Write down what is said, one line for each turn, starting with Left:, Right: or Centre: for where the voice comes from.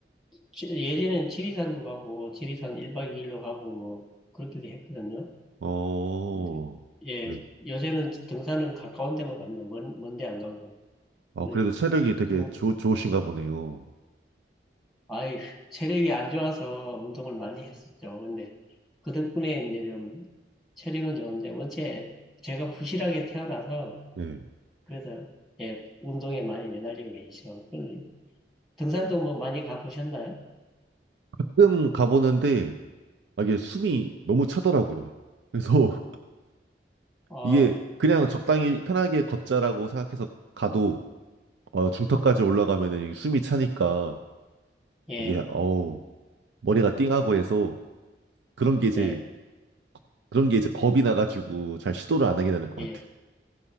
Centre: 지- 예전엔 지리산도 가고, 지리산 1박 2일로 가고, 뭐, 그렇게도 했거든요.
Right: 어,
Centre: 근데, 예,
Right: 네.
Centre: 요새는 등산은 가까운 데만 갑니다. 먼, 먼데 안 가고.
Right: 아,
Centre: 그
Right: 그래도 체력이 되게
Centre: 등,
Right: 좋 좋으신가 보네요.
Centre: 아이, 체력이 안 좋아서 운동을 많이 했었죠. 근데 그 덕분에 이제 좀 체력은 좋은데 원체 제가 부실하게 태어나서
Right: 예.
Centre: 그래서 예, 운동에 많이 매달리고 계시죠. 그 등산도 뭐 많이 가보셨나요?
Right: 가끔 가보는데 아, 이게 숨이 너무 차더라고요. 그래서
Centre: 어,
Right: 이게 그냥 적당히 편하게 걷자라고 생각해서 가도 어, 중턱까지 올라가면은 숨이 차니까
Centre: 예,
Right: 이게 어우 머리가 띵하고 해서 그런 게 이제
Centre: 예,
Right: 그런 게 이제 겁이 나가지고 잘 시도를 안 하게 되는 것
Centre: 예.
Right: 같아요.